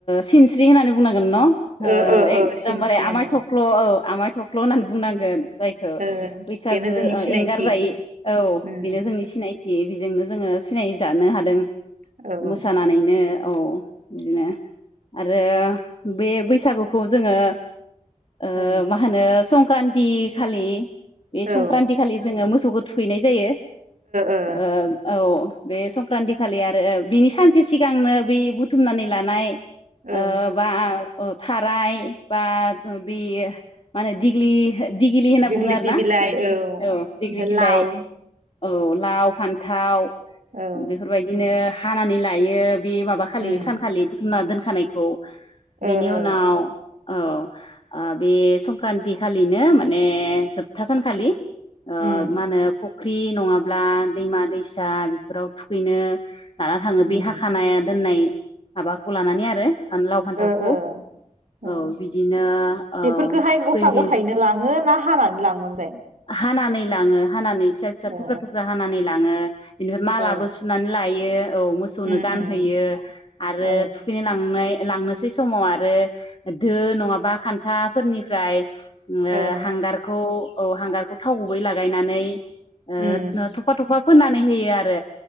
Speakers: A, on the left; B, on the right.
A: सिनस्रि होननानै बुं गोन न'
B: ओ ओ
A: एकदमबारे
B: ओ सिनस्रियानो
A: आमाय थख्ल' औ आमाय थख्ल' होननानै बुंनांगोन जायखौ
B: ओ
A: बैसागो
B: बेनो जोंनि सिनायथि
A: एंगारजायै औ
B: उम
A: बेनो जोंनि सिनायथि थि बेजोंनो जोङो सिनाय जानो हादों
B: औ ओ
A: मोसानानैनो औ बिदिनो आरो बे बैसागुखौ जोङो ओ
B: औ
A: मा होनो क्रान्ति खालि बे संक्रान्ति
B: ओ
A: खालि जोङो मोसौ मोसौखौ थुखैनाय जायो
B: ओ
A: आ औ बे संक्रान्ति खालि आरो बिनि सानसे सिगांनो बे बुथुमनानै लानाय
B: औ
A: आ बा अ थाराय बा बे माने दिग ग्लि दिगिलि होनना
B: दिग्लिथि
A: बुङो आरो ना
B: बिलाइ
A: बे
B: औ ओमफ्राय
A: औ दिग्लि बिलाइ
B: लाव
A: औ लाव फान्थाव
B: औ
A: बेफोरबायदिनो हानानै लायो बे माबा खालि
B: उम
A: सानखालि बुथुमना दोन खानायखौ बेनि
B: ओ ओ
A: उनाव औ औ बे संक्रान्ति खालिनो माने जोबथा सानखालि आ
B: उम
A: मा होनो कक फुख्रि नङाब्ला दैमा दैसा बेफोराव थुखैनो लाना थाङो बे
B: उम
A: हाखानाया दोननाय। माबाखौ लानानै आरो। लाव फान्थावखौ
B: ओ ओ ओ
A: औ बिदिनो औ
B: बेफोरखौहाय
A: थुखैहैनो
B: गथा गथायैनो लाङो ना हानानै लाङो? ओमफ्राय
A: हानानै लाङो हानानै फिसा फिसा
B: ओ
A: थुख्रा थुख्रा हानानै लाङो। बेनिफ्राय मालाबो
B: ओ औ
A: सुनानै लायो औ मोसौनो
B: उम
A: गानहोयो
B: उम
A: आरो
B: औ
A: थुखैनो लांनाय लांनोसै समाव आरो। दो नङाबा खान्थाफोरनिफ्राय ओ
B: औ
A: हांगारखौ। औ हांगारखौ थाव गुबै लागायनानै ओ
B: उम
A: थफा थफ' अफा फोननानै होयो आरो।